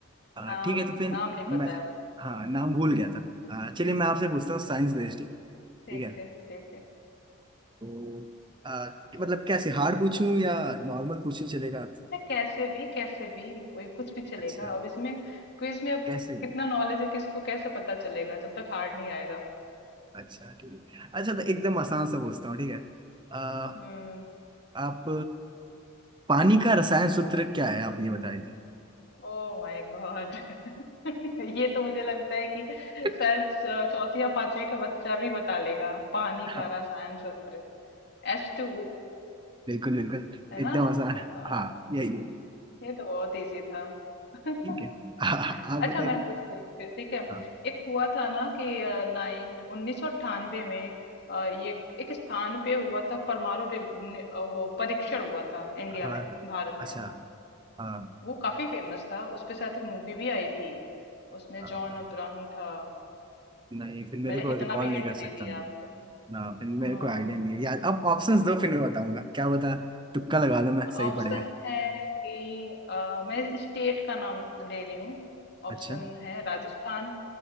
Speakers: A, on the right; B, on the left.
A: हाँ,
B: नाम
A: ठीक है तो फिर
B: नाम नहीं
A: मैं
B: पता है बस
A: हाँ नाम
B: हाँ
A: भूल गया था हाँ, चलिए मैं आपसे पूछता हूँ साइंस
B: चल,
A: बेस्ड ही, ठीक
B: ठीक
A: है
B: है ठीक है
A: तो आ, मतलब कैसे हार्ड पूछूं या नॉर्मल पूछूं चलेगा आप
B: नहीं कैसे भी कैसे भी कोई कुछ भी चलेगा
A: अच्छा
B: अब इसमें क्विज में अब
A: कैसे
B: कितना नॉलेज है किसको कैसे पता चलेगा जब तक हार्ड नहीं आएगा
A: अच्छा ठीक है अच्छा तो एकदम आसान सा पूछता हूँ ठीक है आ,
B: हम्म
A: आप पानी का रसायन सूत्र क्या है आप ये बताइए
B: Oh my God <laughs> ये तो मुझे लगता है कि शायद
A: <laughs>
B: च- चौथी या पांचवी का बच्चा भी बता लेगा पानी
A: हाँ
B: का रसायन सूत्र एच टू ओ
A: बिल्कुल बिल्कुल
B: है ना
A: एकदम आसान
B: हाँ,
A: हाँ यही है
B: ये तो बहुत इजी था <laughs>
A: ठीक है हाँ, आप
B: अच्छा
A: बताइए
B: मैं पूछ रही हूँ फिर ठीक है
A: हाँ
B: एक हुआ था ना कि नाइन उन्नीस सौ अट्ठानबे में अ, ये एक स्थान पे हुआ था परमाणु रि- नि- अ, वो परीक्षण हुआ था इंडिया
A: हाँ
B: में
A: हाँ,
B: भारत
A: अच्छा
B: में
A: हाँ
B: वो काफी फेमस था उस पे शायद एक मूवी भी आई थी उसमें
A: हाँ,
B: जॉन
A: हाँ।
B: अब्राहम था
A: नहीं फिर मेरे
B: मैंने
A: को
B: इतना
A: रिकॉल
B: भी
A: नहीं
B: हिंट
A: कर सकता
B: दे दिया
A: ना
B: आपको
A: फिर मेरे
B: हाँ
A: को आइडिया नहीं है यार अब ऑप्शंस दो फिर मैं बताऊंगा क्या बता तुक्का लगा दो मैं सही
B: ऑप्शन
A: पड़ जाए
B: है कि अ, मैं स्टेट का नाम ले रही हूँ
A: अच्छा
B: ऑप्शन है राजस्थान